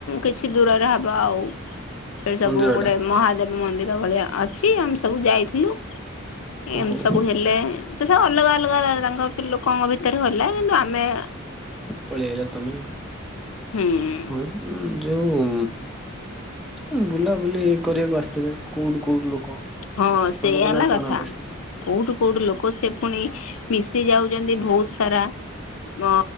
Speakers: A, on the left; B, in the centre.
A: କିଛି ଦୂରରେ ହବ ଆଉ ସେଇଠି ସବୁ
B: ମନ୍ଦିର
A: ଗୋଟେ
B: ଟା
A: ମହାଦେବ ମନ୍ଦିର ଭଳିଆ ଅ ଛି ଆମେ ସବୁ ଯାଇଥିଲୁ ଏମିତି
B: ଓ ହଉ।
A: ସବୁ ହେଲେ ସେ ସବୁ ଅଲଗା ଅଲଗା ତାଙ୍କ ଲୋକଙ୍କ ଭିତରେ ଗଲା କିନ୍ତୁ ଆମେ
B: ପଳିଆଇଲ ତମେ
A: ହୁଁ
B: ହ ଯୋଉ ଉଁ ବୁଲା ବୁଲି କରିବାକୁ ଆସିଥିବେ କୋଉଠୁ କୋଉଠୁ ଲୋକ?
A: ହଁ ସେୟା
B: ତମକୁ
A: ହେଲା
B: ଜାଣିଛ
A: କଥା।
B: ନା ତ
A: କୋଉଠୁ କୋଉଠୁ ଲୋକ ସେ ପୁଣି ମିଶି ଯାଉଚନ୍ତି ବୋହୁତ ସାରା ଅ